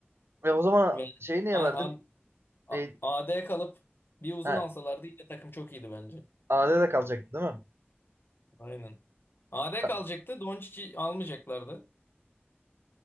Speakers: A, on the right; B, on the left.
A: ya o zaman
B: Yani
A: şeyi niye
B: A-
A: verdin?
B: A- A-
A: E,
B: AD kalıp bir uzun
A: ha,
B: alsalardı yine takım çok iyiydi bence.
A: AD'de kalacaktı değil mi?
B: Aynen. A D
A: Ka-
B: kalacaktı. Doncic'i almayacaklardı.